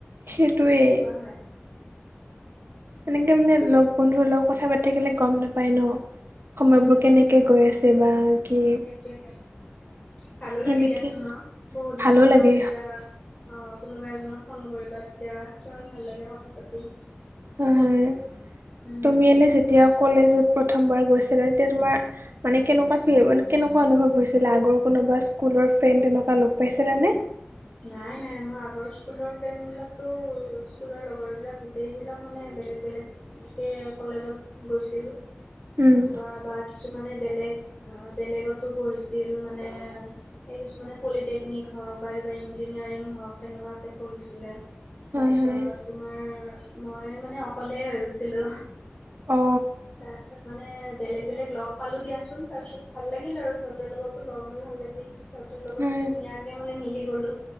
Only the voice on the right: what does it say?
সেইটোৱেই
এনেকে মানে লগ বন্ধুৰ লগত কথা পাতি থাকিলে গম নাপায় ন' সময়বোৰ
কেনেকে কে গৈ আছে বা কি
সেনেকে
ভালো
লাগে
হয় হয়,
তুমি এনেই যেতিয়া কলেজত প্ৰথমবাৰ গৈছিলা তেতিয়া তোমাৰ মানে কেনেকুৱা ফি কেনেকুৱা অনুভৱ হৈছিলে, আগৰ কোনোবা স্কুলৰ ফ্ৰেণ্ড তেনেকুৱা লগ পাইছিলানে?
উম
হয়
হয়
অ
হয়